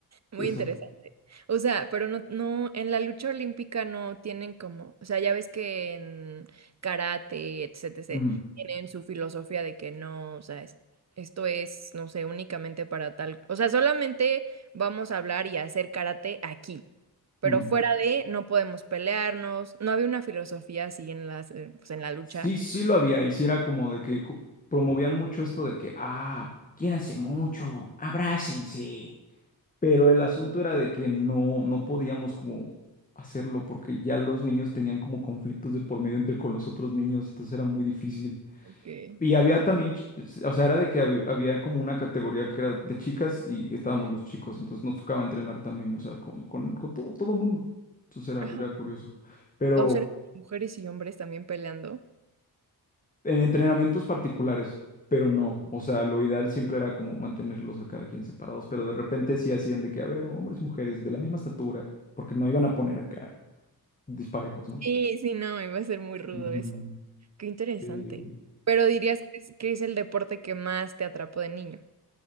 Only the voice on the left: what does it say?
eso.
Ujú,
ujú.
Sí, sí lo había, y sí era como de que ju- promovían mucho esto de que, ah, quiéranse mucho, abrácense. Pero el asunto era de que no, no podíamos como hacerlo porque ya los niños tenían como conflictos de por medio entre con los otros niños, entonces era muy difícil.
Y había también, ch- o sea, era de que hab- había, como una categoría que era de chicas y estábamos los chicos, entonces nos tocaba entrenar también, o sea, con, con, con todo, todo mundo. Entonces era,
era curioso. Pero
en entrenamientos particulares, pero no, o sea, lo ideal siempre era como mantenerlos a cada quien separados, pero de repente sí hacían de que, a ver, hombres y mujeres de la misma estatura, porque no iban a poner acá disparejos, ¿no?
Ujú.
Sí.